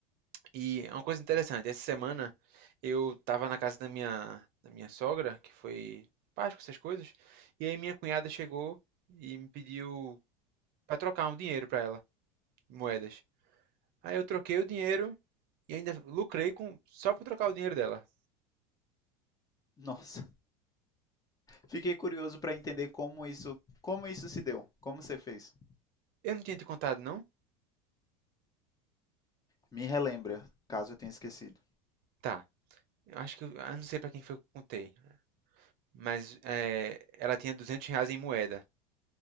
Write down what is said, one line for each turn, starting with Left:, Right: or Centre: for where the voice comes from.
Right: E é uma coisa interessante, essa semana eu tava na casa da minha, da minha sogra, que foi Páscoa, essas coisas, e aí minha cunhada chegou e me pediu para trocar um dinheiro para ela, moedas. Aí eu troquei o dinheiro e ainda lucrei com só para trocar o dinheiro dela.
Left: <laughs> Nossa, fiquei curioso para entender como isso, como isso se deu, como você fez.
Right: Eu não tinha te contado, não?
Left: Me relembra, caso eu tenha esquecido.
Right: Tá. Eu acho que eu, eu não sei para quem foi que eu contei, mas é, ela tinha 200 reais em moeda.